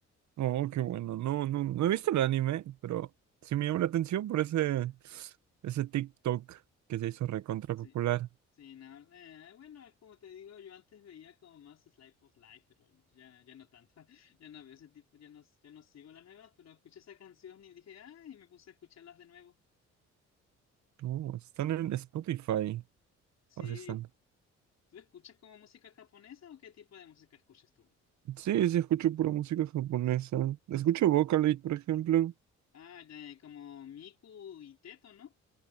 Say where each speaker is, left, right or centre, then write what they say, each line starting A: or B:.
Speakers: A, on the right; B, on the left.
A: Oh, qué bueno. No, no, no he visto el anime, pero sí me llama la atención por ese, ese TikTok que se hizo recontra
B: Sí.
A: popular.
B: Sí, no, eh, bueno, es como te digo, yo antes veía como más Slice of Life, pero ya, ya no tanto, <laughs> ya no veo ese tipo, ya no, ya no sigo las nuevas, pero escuché esa canción y dije, ay, y me puse a escucharlas de nuevo.
A: Oh, están en Spotify.
B: Sí.
A: O están.
B: ¿Tú escuchas como música japonesa o qué tipo de música escuchas tú?
A: Sí, sí, escucho pura música japonesa. Escucho Vocaloid, por ejemplo.
B: Ah, ya, ya, como Miku y Teto, ¿no?